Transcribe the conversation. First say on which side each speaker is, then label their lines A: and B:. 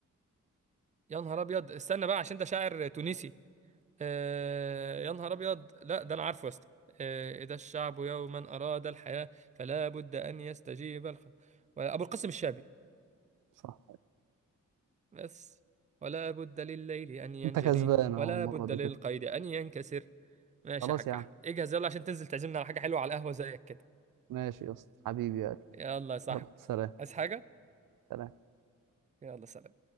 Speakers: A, on the right (about 25°); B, on the right (about 80°).
A: يا نهار ابيض استنى بقى عشان ده شاعر تونسي آه يا نهار ابيض لا ده انا عارفه يا اسطى آه اذا الشعب يوما اراد الحياه فلا بد ان يستجيب الخ... ولا- ابو القاسم الشابي
B: صح
A: بس ولا بد لليل ان ينجلي
B: انت كسبان اهو
A: ولا
B: المره
A: بد
B: دي
A: للقيد
B: كده
A: ان ينكسر ماشي
B: خلاص
A: يا حاج
B: يا عم
A: احمد اجهز يلا عشان تنزل تعزمنا على حاجه حلوه على القهوه زيك كده
B: ماشي يا اسطى حبيبي يا قلبي.
A: يلا يا صاحبي
B: يلا سلام
A: عايز حاجه
B: سلام
A: يلا سلام